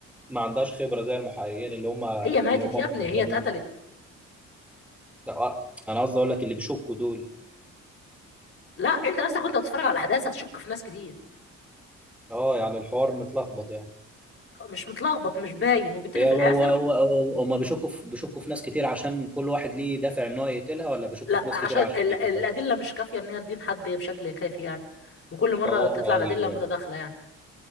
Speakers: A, in the centre; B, on the left.
A: ما عندهاش خبرة زي المحققين اللي هم
B: هي ماتت
A: اللي هم
B: يا
A: مخضرمين
B: ابني هي اتقتلت
A: لا، آه، انا قصدي اقول لك اللي بيشكوا دول
B: لا انت نفسك وانت بتتفرج على الأحداث هتشك في ناس كتير
A: اه يعني الحوار متلخبط يعني
B: مش متلخبط مش باين وبالتالي
A: هي
B: في الآخر
A: هو هو هو- هو- هم بيشكوا في بيشكوا في ناس كتير عشان كل واحد ليه دافع ان هو يقتلها ولا بيشكوا
B: لا
A: في ناس
B: عشان
A: كتير عشان
B: ال-
A: دي
B: الأدلة
A: بالظبط
B: مش كافية إن هي تدين حد بشكل كافي يعني وكل مرة
A: اه
B: تطلع الأدلة
A: ايوه
B: متداخلة
A: ايوه
B: يعني